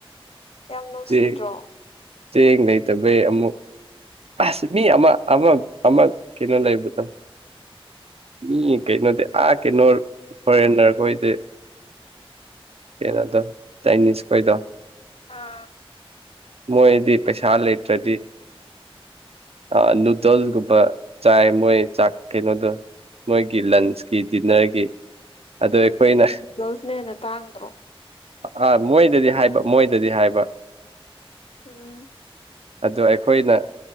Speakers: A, on the left; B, on the right.
A: ꯌꯥꯝ ꯅꯨꯡꯁꯤꯗ꯭ꯔꯣ
B: ꯆꯦꯡ ꯆꯦꯡ ꯂꯩꯇꯕꯩ ꯑꯃꯨꯛ ꯑꯁ ꯃꯤ ꯑꯃ ꯑꯃ ꯑꯃ ꯀꯩꯅꫭ ꯂꯩꯕꯗꯣ ꯃꯤ ꯀꯩꯅꯣꯗꯤ ꯑꯥ ꯀꯩꯅꯣ ꯐꯣꯔꯦꯟꯅꯔꯈꯣꯏꯗꯤ ꯀꯩꯅꯣꯗꯣ ꯆꯥꯏꯅꯤꯁ ꯈꯣꯏꯗꯣ
A: ꯑꯥ
B: ꯃꯣꯏꯗꯤ ꯄꯩꯁꯥ ꯂꯩꯇ꯭ꯔꯗꯤ ꯑꯥ ꯅꯨꯗꯜꯁꯒꯨꯝꯕ ꯆꯥꯏ ꯃꯣꯏ ꯆꯥꯛ ꯀꯩꯅꯣꯗꯨ ꯃꯣꯏꯒꯤ ꯂꯟꯁꯀꯤ ꯗꯤꯟꯅꯔꯒꯤ ꯑꯗꫭ ꯑꯩꯈꯣꯏꯅ
A: ꯅꯨꯗꯜꯁꯅ ꯍꯦꯟꯅ ꯇꯥꯡꯗ꯭ꯔꯣ
B: ꯑꯥ ꯃꯣꯏꯗꯗꯤ ꯍꯥꯏꯕ ꯃꯣꯏꯗꯗꯤ ꯍꯥꯏꯕ
A: ꯎꯝ
B: ꯑꯗꯨ ꯑꯩꯈꯣꯏꯅ